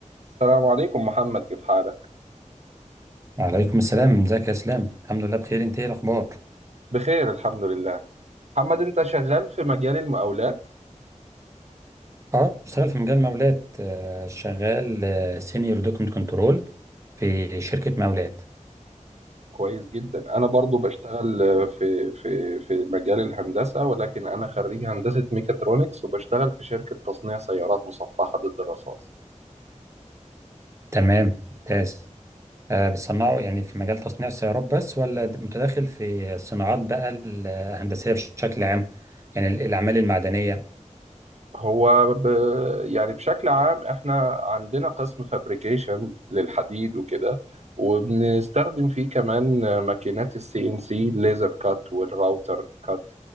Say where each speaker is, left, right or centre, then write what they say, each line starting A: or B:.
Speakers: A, on the right; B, on the right.
A: السلام عليكم محمد كيف حالك؟
B: وعليكم السلام ازيك يا اسلام الحمد لله بخير انت ايه الاخبار
A: بخير الحمد لله محمد انت شغال في مجال المقاولات
B: اه بشتغل في مجال مولات آه، شغال سينيور دوكمنت كنترول في شركة مولات
A: كويس جدا انا برضو بشتغل آه، في في في مجال الهندسة ولكن انا خريج هندسة ميكاترونكس وبشتغل في شركة تصنيع سيارات مصفحة ضد الرصاص
B: تمام ممتاز آه، بتصنعوا يعني في مجال تصنيع السيارات بس ولا متداخل في الصناعات بقى الهندسية بشكل عام يعني ال- الأعمال المعدنية
A: هو ب... يعني بشكل عام احنا عندنا قسم فابريكيشن للحديد وكده وبنستخدم فيه كمان ماكينات السي ان سي ليزر كات والراوتر كات